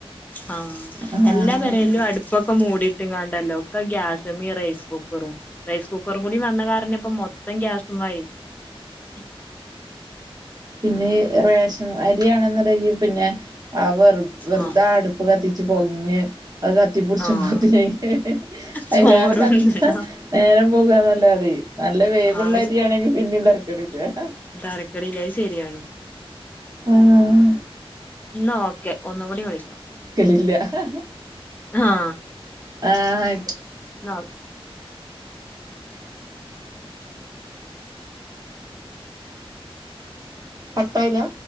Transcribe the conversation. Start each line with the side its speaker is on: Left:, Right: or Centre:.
Left: ആ
Right: ആഹ്
Left: എല്ലാം പെരേലും അടുപ്പൊക്കെ മൂടീട്ടും കണ്ടല്ലോ ഒക്കെ ഗ്യാസ് സെമിറൈസ് കുക്കറും റൈസ് കുക്കറും കൂടി വന്ന കാരണം ഇപ്പോ മൊത്തം ഗ്യാസും ആയി <inaudible>
Right: പിന്നെ റേഷൻ അരിയാണെന്നുടെങ്കി പിന്നെ ആ വെറു വെറുതെ
Left: ആഹ്
Right: അടുപ്പ് കത്തിച്ച് പൊകഞ്ഞ് അത് കത്തിപ്പുടിച്ചും
Left: ആഹ്
Right: അതിനെ ഹേ ഹേ
Left: ചോറൊന്നുണ്ടാ
Right: അയ്ലേറെ കത്തിച്ച ഹ് നേരം പോകു കാന്നല്ലാതെ നല്ല വേവുള്ള
Left: ആഹ്
Right: അരിയാണെങ്കി പിന്നീ ടെറക്കണില്ല ഹാ ഹാ
Left: താരക്കടി ശരിയാണ്
Right: ആഹ്
Left: എന്നാ ഓക്കെ ഒന്ന്കൂടി വിളിക്കാം
Right: ഇല്ല ഹ ഹ
Left: ങ്ഹാ
Right: ആ റ്റ്
Left: നൗവ്
Right: കട്ടായില്ല